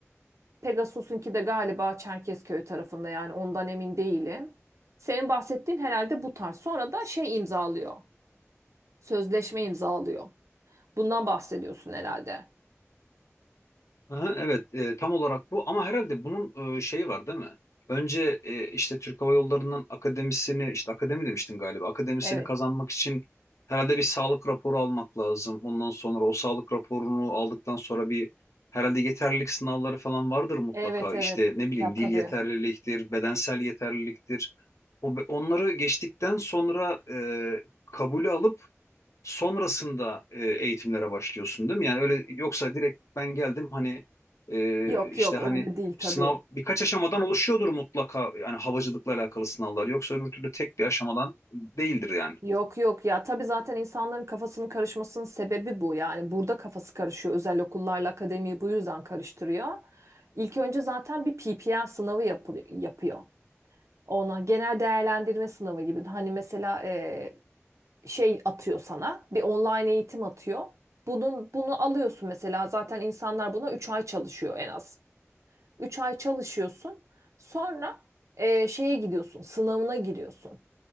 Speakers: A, on the right; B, on the left.
A: Pegasus'unki de galiba Çerkezköy tarafında yani ondan emin değilim. Senin bahsettiğin herhalde bu tarz. Sonra da şey imzalıyor. Sözleşme imzalıyor. Bundan bahsediyorsun herhalde.
B: Aha, evet e, tam olarak bu ama herhalde bunun e, şeyi var değil mi? Önce e, işte Türk Hava Yolları'nın akademisini işte akademi demiştin galiba akademisini
A: Evet.
B: kazanmak için herhalde bir sağlık raporu almak lazım. Ondan sonra o sağlık raporunu aldıktan sonra bir herhalde yeterlilik sınavları falan vardır mutlaka.
A: Evet evet.
B: İşte ne bileyim
A: Ya tabii.
B: dil yeterliliktir, bedensel yeterliliktir. O, onları geçtikten sonra e, kabulü alıp sonrasında e, eğitimlere başlıyorsun değil mi? Yani öyle yoksa direkt ben geldim hani e,
A: Yok
B: işte
A: yok
B: hani
A: öyle değil tabii.
B: sınav birkaç aşamadan oluşuyordur mutlaka yani havacılıkla alakalı sınavlar yoksa öbür türlü tek bir aşamadan değildir yani.
A: Yok yok ya tabii zaten insanların kafasının karışmasının sebebi bu. Yani burada kafası karışıyor. Özel okullarla akademiyi bu yüzden karıştırıyor. İlk önce zaten bir PPL sınavı yapılıyor, yapıyor. Ona genel değerlendirme sınavı gibi. Hani mesela e, şey atıyor sana. Bir online eğitim atıyor. Bunun bunu alıyorsun mesela. Zaten insanlar buna 3 ay çalışıyor en az. üç ay çalışıyorsun. Sonra e, şeye gidiyorsun. Sınavına giriyorsun.